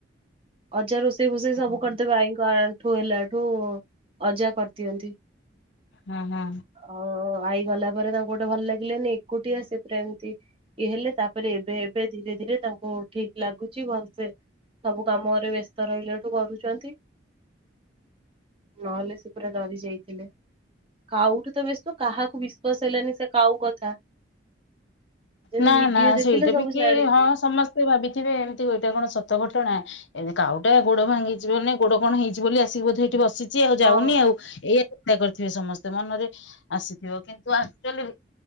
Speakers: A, on the right; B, on the left.
A: ଅଜା ରୋଷେଇ ଫୋଷେଇ
B: ହୁଁ
A: ସବୁ କରିଦେବେ ଆଇ ଠୁ ଆଣ୍ଠୁ ହେଲା ଠୁ ଅଜା କରିଦିଅନ୍ତି।
B: ହୁଁ ହୁଁ
A: ଆଉ ଆଇ ଗଲା ପରେ ତାଙ୍କୁ ଗୋଟେ ଭଲ ଲାଗିଲାନି ଏକୁଟିିଆ ସେ ପୁରା ଏମିତି ଇଏ ହେଲେ ତାପରେ ଏବେ ଏବେ ଧୀରେ ଧୀରେ ତାଙ୍କୁ ଠିକ ଲାଗୁଛି ଭଲସେ ସବୁ କାମରେ ବ୍ୟସ୍ତ ରହିଲାଠୁ କରୁଛନ୍ତି। ନହେଲେ ସେ ପୁରା ଡରି ଯାଇଥିଲେ କାଉ ଠୁ ତ ବସ୍ତୁ କାହାକୁ ବିଶ୍ୱାସ ହେଲାନି ସେ କାଉ କଥା। ଯେମିତି
B: ନା
A: ଭିଡିଓ
B: ନା
A: ଦେଖିଲେ
B: ସେଇଟା
A: ସବୁ
B: ବି କିଏ
A: ଜାଣିଲେ
B: ହଁ ସମସ୍ତେ ଭାବିଥିବେ ଏମିତି ଏଇଟା କଣ ସତ ଘଟଣା? ଏବେ କାଉଟା ଗୋଡ ଭାଙ୍ଗିଛି ମାନେ ଗୋଡ କଣ ହେଇଛି ବୋଲି ଆସିକି ବୋଧେ ଏଇଠି ବସିଛି ଆଉ
A: ହଁ
B: ଯାଉନି ଆଉ ଏଇ ଚୋ କରିଥିବେ ସମସ୍ତେ ମନରେ ଆସିଥିବ କିନ୍ତୁ ଆକଚୁଆଲି